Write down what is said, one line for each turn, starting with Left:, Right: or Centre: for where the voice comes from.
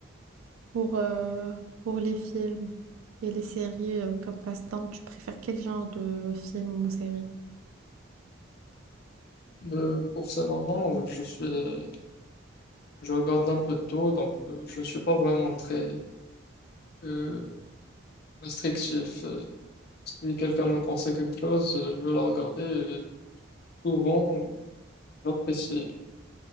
Right: pour, euh, pour les films et les séries euh, comme passe-temps, tu préfères quel genre de film ou série?
Left: Le- pour ce moment, euh, je suis, euh, je regarde un peu de tout, donc euh, je ne suis pas vraiment très euh, restrictif. Euh, Si quelqu'un me conseille quelque chose, euh, je vais la regarder. et Souvent, j'apprécie.